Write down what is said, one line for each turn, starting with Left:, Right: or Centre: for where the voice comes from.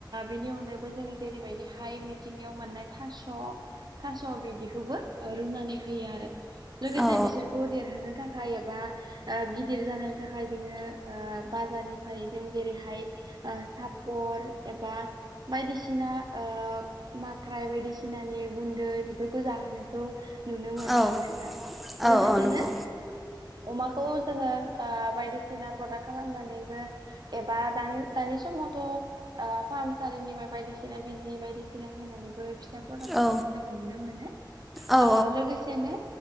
Right: बिनि अनगायबो जोङो जेरैबायदिहाय मिथिंगायाव मोननाय थास' थास' बिदिखौबो रुनानै होयो आरो लोगोसे
Centre: औ
Right: बिसोरखौ देरहोनो थाखाय थाखाय एबा गिदिर जानायनि थाखाय जोङो ओ बाजारनिफ्राय जों जेरैहाय सापर एबा बायदिसिना ओ माख्राय बायदिसिनानि गुन्दै बेफोरखौ जाहोनाय। खौ नुनो मोनो
Centre: औ
Right: आरो नोंथां
Centre: औ
Right: लोगोसेनो
Centre: औ नंगौ
Right: अमाखौ जोङो बायदिसिना प्रदाक्ट खालामनानैबो एबा दानि समावथ' फाहामसालिनिफ्राय बायदिसिना बिजि बायदिसिना होनानै फिसा फदा खालामनायखौ
Centre: औ
Right: जोङो नुनो मोनो
Centre: औ
Right: ओ लोगोसेनो